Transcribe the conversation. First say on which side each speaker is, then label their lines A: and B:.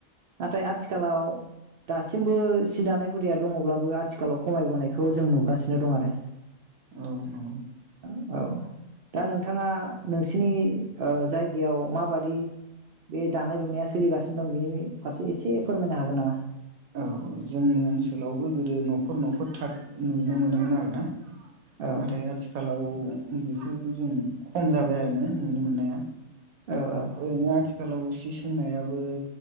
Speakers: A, on the right; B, on the right.
A: नाथाय आथिखालाव दासिमबो सि दानाय हुदाया दङब्लाबो आथिखालाव खमायबोनायखौ जों नुगासिनो दं आरो
B: औ नंगौ
A: औ दा नोंथाङा सिनि जायगायाव जायगायाव माबादि बे दानाय लुनाया सोलिगासिनो दं बेनि फारसे एसे फोरमायनो हागोन नामा
B: औ जोंनि ओनसोलावबो गोदो न'खर न'खर थाब नुनो मोनोमोन आरो ना
A: औ
B: नाथाय आथिखालाव बिसोर जों खम जाबाय आरो ना नुनो मोननाया
A: औ औ
B: ओरैनो आथिखालाव सोंनायाबो